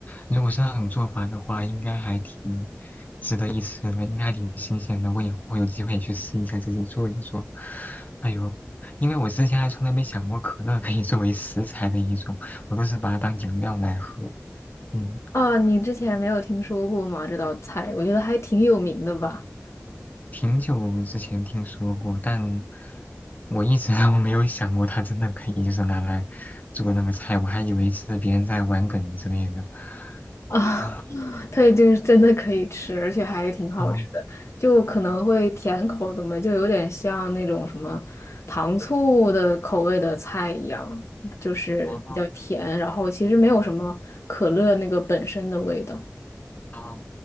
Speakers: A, on the left (about 30°); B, on the left (about 60°).
A: 如果是那种做法的话，应该还挺值得一吃的，应该还挺新鲜的。我以后有机会去试一下，自己做一做。哎呦，因为我之前还从来没想过可乐可以作为食材的一种，我都是把它当饮料来喝。嗯，
B: 啊，你之前没有听说过吗？这道菜，我觉得还挺有名的吧。
A: 挺久之前听说过，但我一直 <laughs> 都没有想过它真的可以就是拿来做那个菜，我还以为是别人在玩梗之类的。
B: <laughs> 啊，
A: <laughs>
B: 它就是真的可以吃，而且还挺好吃的，
A: 啊。
B: 就可能会甜口的嘛，就有点像那种什么糖醋的口味的菜一样，就是比较甜，
A: 哦
B: 然后其实没有什么可乐那个本身的味道。
A: 哦，